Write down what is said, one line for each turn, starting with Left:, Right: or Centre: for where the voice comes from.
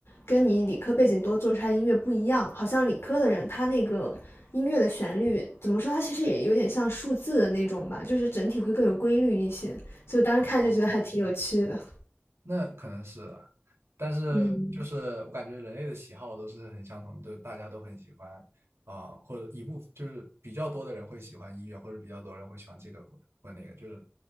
Left: 跟你理科背景多做出来的音乐不一样，好像理科的人他那个音乐的旋律怎么说，他其实也有点像数字的那种吧，就是整体会更有规律一些，所以我当时看就觉得还挺有趣的。
Right: 好，那可能是了，但是就是我感觉人类的喜好都是很相同的，
Left: 嗯。
Right: 就大家都很喜欢啊、或者一部就是比较多的人会喜欢音乐，或者比较多人会喜欢这个或或那个，就是